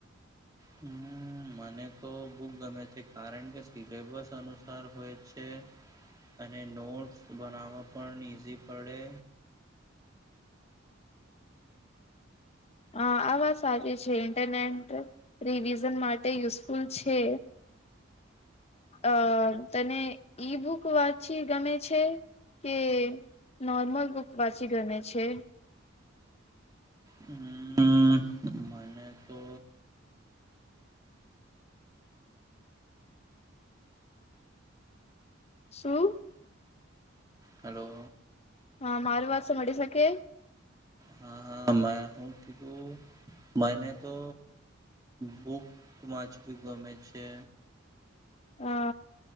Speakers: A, on the right; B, on the left.
A: હમ મને તો બુક ગમે છે કારણ કે સિલેબસ અનુસાર હોય છે અને નોટસ બનાવવા પણ ઈઝી પડે.
B: અ આ વાત સાચી છે ઇન્ટરનેટ રિવિઝન માટે યુઝફુલ છે અ તને ઈ બુક વાંચી ગમે છે કે નોર્મલ બુક વાંચી ગમે છે.
A: હમ મને તો
B: શું.
A: હલો.
B: હા માર વાત સાંભળી શકે.
A: હા હા મે હું કીધું મને તો બુક વાંચવી ગમે છે.
B: હ